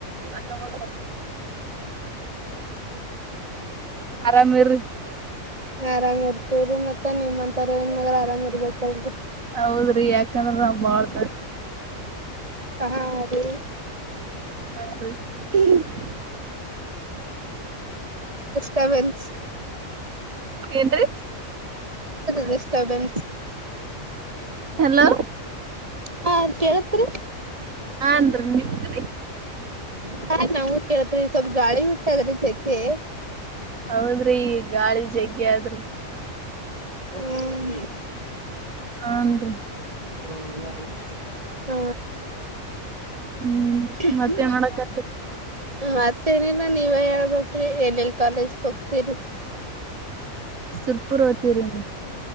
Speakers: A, on the right (about 80°); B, on the right (about 25°).
A: ಹ ಆರಾಮರೀ
B: ಆರಾಮ್ ಇರ್ತೇವ್ರರಿ ಮತ್ತ ನಿಮ್ ಅಂತಾರ ಹೇಳ ಮಗ ಆರಾಮ್ ಇರ್ಬೇಕಲ್ರರಿ
A: ಹೌದ್ರಿ ಯಾಕಂದ್ರ ನಾ ಬಾಳ್
B: ಹ ರ
A: ಹಾ <unintelligible>
B: ಸೆವೆಂತ್ಸ್
A: ಏನ್ರೀ
B: ಡಿಸಟರ್ಬನ್ಸ್
A: ಹಲೋ
B: ಹಾ ಕೇಳತ್ರಿ
A: ಹಾನ್ರಿ ನಿಮಗ
B: ಸ ನಮೂ ಕೇಳತ್ರಿ ಈ ಸ್ವಲ್ಪ ಗಾಳಿ ಬಿಡ್ತದ ರೀ ಚೆಕ್ಕೆ
A: ಹೌದ್ರಿ ಈ ಗಾಳಿ ಜಗ್ಗೆ ಆದ್ರ
B: ಹ್ಮ
A: ಆಂದು
B: ಹ
A: ಹ್ಮ್
B: ಹ್ಮ
A: ಮತ್ತೇನ್ ಮಾಡಕತ್ರಿ
B: ಮತ್ತ ನಿಲ್ಲ ನೀವ ಹೇಳ್ಬೇಕ್ರಿ ಎಲ್ ಎಲ್ ಕಾಲೇಜ್ ಹೋಗ್ತೀರಿ
A: ಸುರ್ಪುರ್ ಓ್ತವ್ರಿನು